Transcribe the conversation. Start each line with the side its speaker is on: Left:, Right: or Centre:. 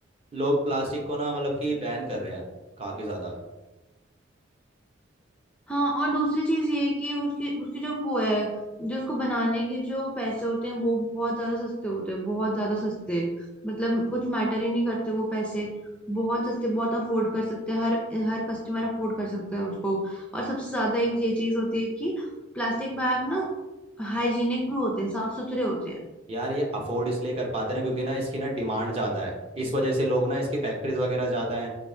Right: लोग प्लास्टिक को ना मतलब कि बैन कर रहे हैं काफ़ी ज़्यादा
Centre: हाँ और दूसरी चीज ये है कि उसकी उसकी जो वो है जो उसको बनाने के जो पैसे होते हैं वो बहुत ज्यादा सस्ते होते हैं बहुत ज्यादा सस्ते मतलब कुछ मैटर ही नहीं करते वो पैसे बहुत सस्ते बहुत अफोर्ड कर सकते हैं हर हर कस्टमर अफोर्ड कर सकता है उसको और सबसे ज्यादा एक ये चीज होती है कि प्लास्टिक बैग ना हाइजीनिक भी होते हैं साफ सुथरे होते हैं
Right: यार ये अफोर्ड इसलिए कर पाते ना क्योंकि ना इसकी ना डिमांड ज़्यादा है इस वजह से लोग ना इसकी फैक्ट्रीज वगैरह ज़्यादा हैं